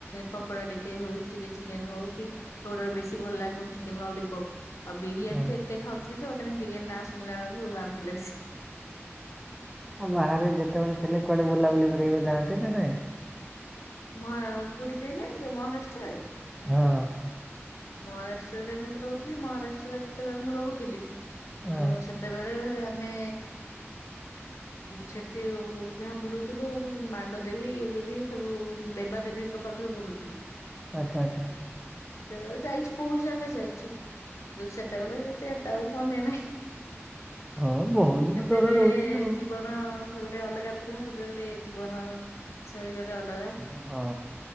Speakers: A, on the left (about 80°); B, in the centre.
A: କକୋଡା ଟିକେ ହଉ ଚିଲି ଚିକେନ ହଉ କି ସେଟା ବେଶୀ ଭଲ ଲାଗିବ ଚିକେନ ଲଲିପପ ଆଉ ବିରିୟାନୀ
B: ହଁ
A: ତ ଏତେ ଖାଉଥିଲ ଯେ ମତେ ବିରିୟାନୀ ନା ଶୁିଲା ବେଳକୁ ବାନ୍ଧ ଲ
B: ଆଉ ବାହାରେ ଯେତେବେଳେ ଥିଲେ କୁଆଡେ ବୁଲାବୁଲି କରିବାକୁ ଯାଆନ୍ତି ନା ନାଇଁ
A: ମ କୋଉଠି କହିଲେ ମହାରାଷ୍ଟ୍ରରେ
B: ହଁ
A: ମହାରାଷ୍ଟ୍ରରେ ମୁଁ ରହୁଥିଲି ମହାରାଷ୍ଟ୍ରରେ ଯେତେବେଳେ ମୁଁ ରହୁଥିଲି
B: ହଁ
A: ମୁଁ ସେତେବେଳେ ଆମେ ସେଠି ଯାହା ବୁଲୁଥିଲୁ ମାଣ୍ଡ ଦେବି ଦେବୀ ସବୁ ଦେବା ଦେେବୀଙ୍କ ପାଖରେ ବୁଲୁଥିଲୁ
B: ଆଚ୍ଛା ଆଚ୍ଛା
A: ସେତେବେଳେ ଯାଇଛି ବହୁତ ଜାଗା ଯାଇଛୁ। ସେତେବେଳେ ଏତେ ଏତେ ଆଉ ମନେ ନାହିଁ
B: ହଁ ବହୁତ ଦିନ
A: ସେତେବେଳେ
B: ତଳେ ରହୁଥିଲି ଆଉ।
A: ଜୀବନ ଗୋଟେ ଅଲଗା ଥିଲା ଏବେ ଗୋେ ଜୀବନ ଶୈଳୀ ଗୋଟେ ଅଲଗା
B: ହଁ